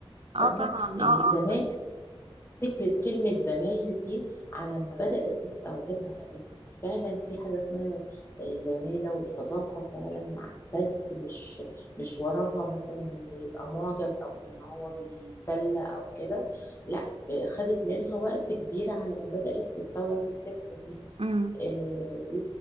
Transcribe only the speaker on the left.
فاهمة
يعني
زمان
فكرة كلمة زمايل دي على ما بدأت تستوعبها إن فعلا في حاجة اسمها آه، زمالة وصداقة فعلا مع بس مش مش وراها مثلا إنه يبقى معجب أو إن هو بيتسلى أو كده لا خدت منها وقت كبير على ما بدأت تستوعب الفكرة دي
آه،